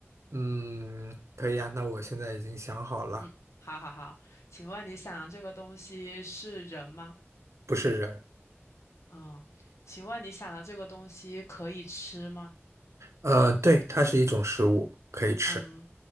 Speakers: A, on the right; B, on the left.
A: 嗯，可以啊，那我现在已经想好了，
B: 嗯，好好好，请问你想这个东西是人吗？
A: 不是人，
B: 嗯，请问你想的这个东西可以吃吗？
A: 呃，对，它是一种食物，可以吃。
B: 嗯，